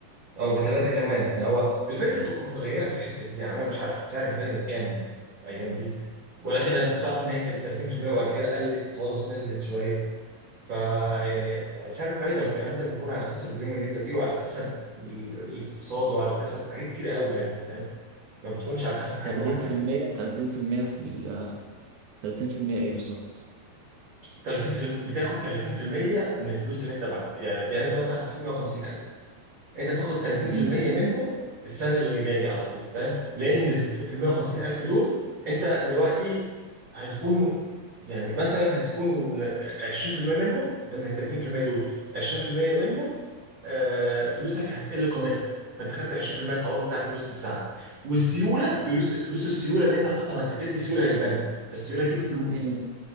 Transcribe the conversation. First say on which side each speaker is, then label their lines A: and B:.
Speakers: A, on the right (about 40°); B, on the right (about 75°).
A: او بثلاثه كمان يعني هو الفايده بتبقى متغيره في الحته دي يعني انا مش عارف سعر الفايده بكام الايام دي ولكن انا كنت اعرف ان هي كانت 30% وبعد كده قلت خالص نزلت شويه فيعني سعر الفايده والكلام ده بيكون على حسب اليوم اللي انت فيه وعلى حسب ال- الاقتصاد وعلى حسب حاجات كتير قوي يعني فاهم ما بتكونش على حسب حاجه
B: تلاتين
A: واحده
B: في
A: يعني
B: المية تلاتين في المية في ال تلاتين في المية إيه بالظبط؟
A: 30 بتاخد 30% من الفلوس اللي انت بعت يعني يعني انت مثلا حطيت 150,000 انت بتاخد 30%
B: أمم
A: منهم السنه اللي جايه على طول فاهم لان ال 150 الف دول انت دلوقتي هتكون يعني مثلا هتكون 20% منهم انت من ال 30% دول 20% منهم آه، فلوسك هتقل قيمتها فانت خدت ال 20% التعويض بتاع الفلوس بتاعتك والسيوله فلوس فلوس السيوله اللي انت حاططها ما انت بتدي سيوله للبنك فالسيوله دي بفلوس
B: أمم